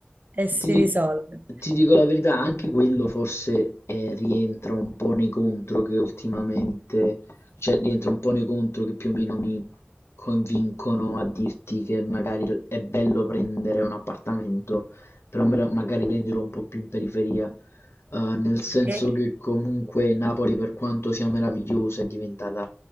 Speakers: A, on the right (about 45°); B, on the left (about 85°).
A: e si
B: ti di
A: risolve.
B: ti dico la verità, anche quello forse, ehm, rientra un po' nei contro che ultimamente cioè rientra un po' nei contro che più o meno mi convincono a dirti che magari l è bello prendere un appartamento, però mra magari prenderlo un po' più in periferia. Uhm, nel senso
A: Perché?
B: che comunque Napoli per quanto sia meravigliosa è diventata